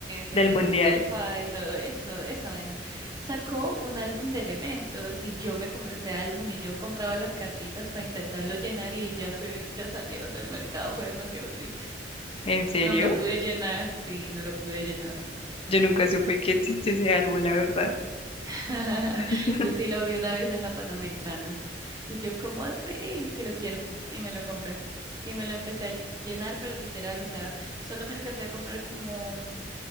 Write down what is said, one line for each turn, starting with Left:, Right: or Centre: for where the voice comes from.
Right: de
Left: del mundial.
Right: la FIFA y todo eso, esa vaina. Sacó un álbum de elementos y yo me compré ese álbum y yo compraba las cartitas para intentarlo llenar y ya se, ya salieron del mercado. Fue demasiado triste.
Left: ¿En serio?
Right: No me lo pude llenar, sí, no lo pude llenar.
Left: Yo nunca supe que existe ese álbum, la verdad.
Right: <laughs>
Left: <laughs>
Right: Yo sí lo vi una vez en la Panamericana. Y yo, ¿cómo así? Sí lo quiero. Y me lo compré. Y me lo empecé a llenar, pero literal, o sea, solo me alcancé a comprar como,